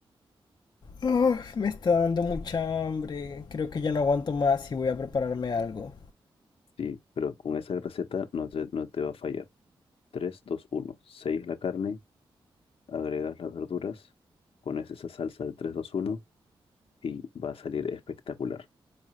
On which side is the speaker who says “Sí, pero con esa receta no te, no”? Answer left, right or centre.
Left